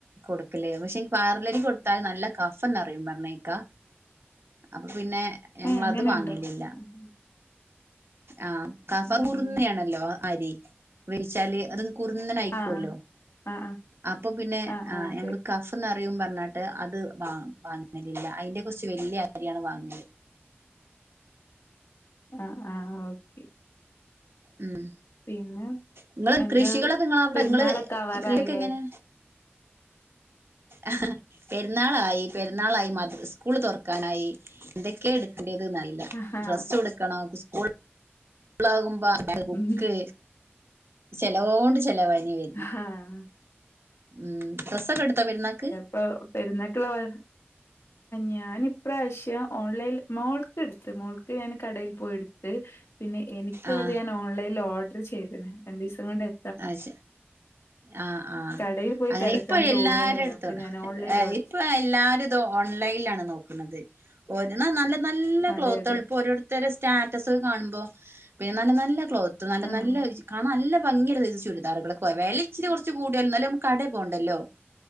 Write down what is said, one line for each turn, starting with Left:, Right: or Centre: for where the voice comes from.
Right: കൊട്ക്കല് പക്ഷെ ഇ പാറലരി കൊടുത്താല് നല്ല കഫംന്നറിയും പറഞ്ഞേക്കാ അപ്പപിന്നെ ഞങ്ങളത്
Left: ഏഹ് അങ്ങനെണ്ടോ?
Right: വാങ്ങലില്ല
Left: ഉം
Right: ആഹ് കഫം
Left: ഉം
Right: കുർന്നയാണല്ലോ ആരി വേവിച്ചാല് അത് കുർന്നനായിക്കൊല്ലോ
Left: ആഹ് ആഹ് ആഹ്
Right: അപ്പ പിന്നെ
Left: ആഹ് ആഹ് അതെ
Right: ഞങ്ങള് കഫം ന്നയറിയും പറഞ്ഞാട്ട് അത് വാ വാങ്ങലില്ല അയിന്റെ കുറ്ച്ച് വല്യ അരിയാണ് വാങ്ങല്
Left: ആഹ് ആഹ് ഓക്കെ
Right: ഉം
Left: പിന്നെ
Right: ഇങ്ങള്
Left: എന്താ
Right: കൃഷികളൊക്കെ ഇങ്ങളെ അവ്ടെ
Left: പെരുന്നാളൊക്കെ
Right: ഇങ്ങള്
Left: ആവാറായില്ലേ
Right: കൃഷിയക്കെ എങ്ങനെ അഹാ പെര്ന്നാളായി പെര്ന്നാളായി മദ് സ്കൂള് തൊറ്ക്കാനായി എന്തെക്കെ എടുക്കെണ്ടിയതന്നറിയില്ല
Left: ആഹാ
Right: ഡ്രസ്സുട്ക്കണം സ്‌കൂ ളാകുമ്പ ബുക്ക്
Left: ഉം
Right: ചെലവോണ്ട് ചെലവാനി വര്
Left: ആഹ്
Right: ഉം ഡ്രസ്സൊക്കെ എട്ത്താ പെരുന്നാക്ക്
Left: ഇപ്പൊ പെരുന്നാക്ക്ള്ളത് ഞാന് ഇപ്രാവ്ശ്യം ഓൺലൈൽ മോൾക്ക് ഇടുത്ത് മോൾക്ക് ഞാന് കടയിൽ പോയി ഇട്ത്ത് പിന്നെ എനി ക്ക്ള്ളത്
Right: ആഹ്
Left: ഞാൻ ഓൺലൈൽ ഓഡ്ർ ചെയ്ത്ണ് രണ്ടീസം കൊണ്ട് എ
Right: അഹ്ശ ആഹ് ആഹ്
Left: കടയിൽ പോയി
Right: അങ്ങനെ
Left: തിരക്കാൻ
Right: ഇ ഇപ്പ
Left: തോന്നണില്ല
Right: എല്ലാരെടുത്തു
Left: അപ്പൊ
Right: അതാ
Left: ഞാൻ
Right: ഏ
Left: ഓൺലൈനിൽ
Right: ഇപ്പ
Left: ഓർഡർ
Right: ഇപ്പ എല്ലാരുത് ഓൺലൈലാണ് നോക്ക്ണത് ഒരണം നല്ല നല്ല
Left: അതെ
Right: ക്ലോത്തള്
Left: അതെ
Right: ഇപ്പോ ഒര്ട് ത്തരെ സ്റ്റാറ്റസ് കാണുമ്പോ പിന്നെ നല്ല നല്ല ക്ലോത്ത് നല്ല
Left: ആഹ്
Right: നല്ല ജ് കാണാ നല്ല ഭംഗി ള്ള സൈസ് ചുരിദാറുകളൊ വെല ഇച്ചിരി കുർച്ച് കൂടിയാലും ഇന്നാലും നമക്ക് കടേ പോണ്ടല്ലോ